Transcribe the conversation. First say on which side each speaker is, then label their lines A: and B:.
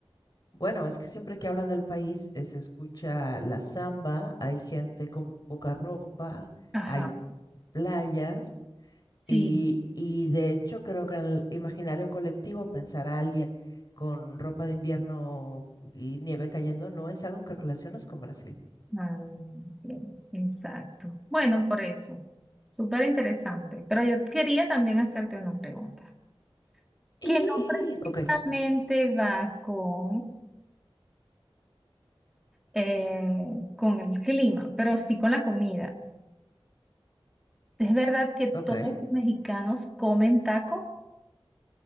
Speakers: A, on the left; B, in the centre.
A: bueno, es que siempre que hablan del país eh, se escucha la samba, hay gente con poca ropa,
B: Ajá,
A: hay playas
B: sí.
A: y, y de hecho creo que en el imaginario colectivo pensar a alguien con ropa de invierno y nieve cayendo no es algo que relacionas con Brasil.
B: Ah, ok, Exacto. Bueno, por eso. Súper interesante. Pero yo quería también hacerte una pregunta,
A: ¡Ih!
B: que no precisamente
A: Ok,
B: va con eh, con el clima, pero sí con la comida. ¿Es verdad que todos
A: ok.
B: los mexicanos comen taco?